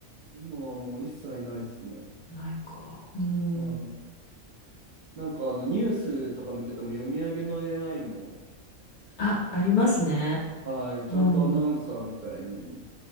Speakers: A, on the right; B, on the left.
A: 今はもう一切ないですね。
B: ないか。うん。
A: はい。なんかあのニュースとか見てても読み上げの AI も
B: あ、ありますね。
A: はい、ちゃんとアナウンサーみたいに
B: うん。